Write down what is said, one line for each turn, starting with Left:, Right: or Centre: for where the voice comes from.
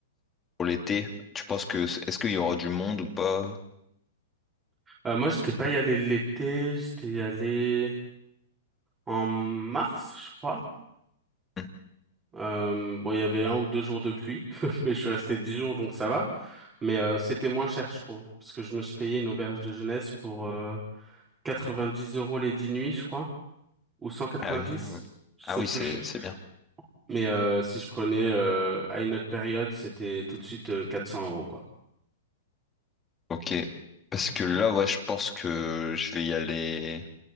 Left: pour l'été. Tu penses que, est-ce qu'il y aura du monde ou pas?
Right: Euh, moi j'étais pas y allé l'été, j'étais y allé en mars, je crois.
Left: Hmm.
Right: Euh, bon, il y avait un ou deux jours de pluie, <laughs> mais je suis resté dix jours donc ça va. Mais euh, c'était moins cher, je trouve, parce que je me suis payé une auberge de jeunesse pour euh, 90 euros les 10 nuits, je crois, ou 190,
Left: Ah oui, oui.
Right: je
Left: Ah
Right: sais
Left: oui,
Right: plus.
Left: c'est c'est bien.
Right: <laughs> Mais euh, si je prenais euh, à une autre période, c'était tout de suite euh, 400 euros, quoi.
Left: Ok, parce que là, ouais, je pense que je vais y aller.